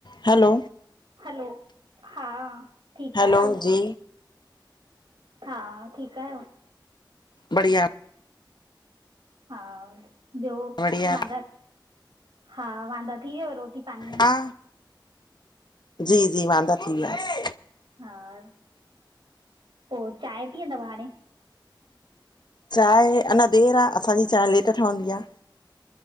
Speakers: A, on the left; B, on the right.
A: Hello
B: hello हा ठीक
A: hello
B: आहियो,
A: जी
B: हा ठीक आहियो?
A: बढ़िया।
B: हा ॿियो
A: बढ़िया
B: वांदा हा, वांदा थी वयव रोटी पाणीअ
A: हा
B: मां?
A: जी -जी, वांदा थी वियासि।
B: हा, पो चांहि पीअंदव हाणे?
A: चांहि अञा, देर आ असांजी चांहि लेट ठहंदी आ।